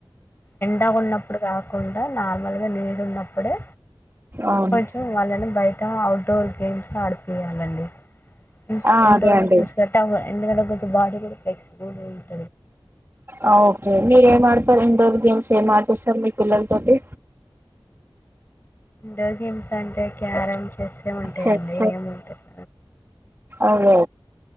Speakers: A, on the left; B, on the right.
A: ఎండగున్నప్పుడు కాకుండా నార్మల్గ నీడున్నప్పుడే
B: అవును
A: కొంచెం వాళ్ళని బయట అవుట్డోర్ గేమ్స్ ల ఆడిపియాలండి, ఇంట్ల్
B: ఆ
A: ఇండోర్
B: అదే అండి
A: గేమ్స్ పెట్టాము ఎండ దగ్గట్టు బాడీ గూడ లైక్ <unintelligible>
B: ఆ ఓకే మీరేమాడత్ తర్ ఇండోర్ గేమ్స్ ఏం ఆడిపిస్తరు మీ పిల్లల్తోటి?
A: ఇండోర్ గేమ్స్ అంటే క్యారం, చెస్సే ఉంటయండి
B: చెస్
A: ఏముంటయి.
B: అదే